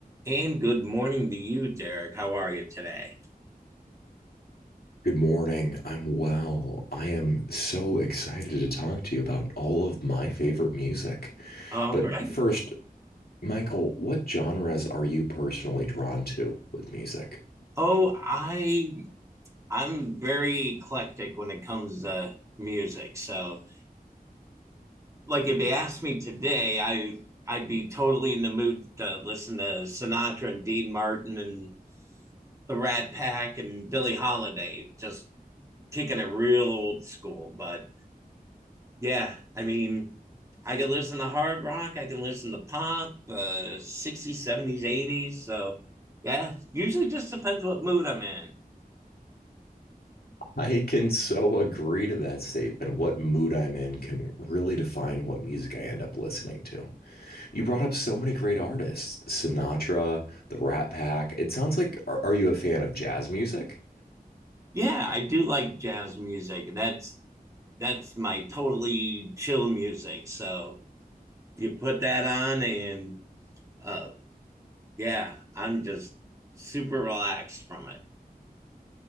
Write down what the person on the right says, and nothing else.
And good morning to you, Derek. How are you today?
All
right.
Oh, I I'm very eclectic when it comes to music. So, like if you asked me today, I I'd be totally in the mood to listen to Sinatra and Dean Martin and the Rat Pack and Billie Holiday, just kicking it real old school. But yeah, I mean, I can listen to hard rock, I can listen to pop, uh, 60s, 70s, 80s. So, yeah, usually just depends what mood I'm in.
Yeah, I do like jazz music. That's that's my totally chill music. So, you put that on and uh yeah, I'm just super relaxed from it.